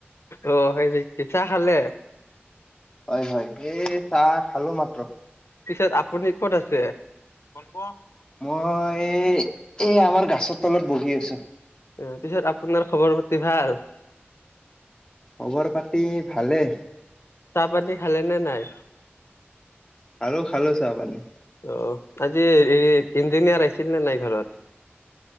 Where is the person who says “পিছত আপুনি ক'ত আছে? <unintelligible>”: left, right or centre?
Left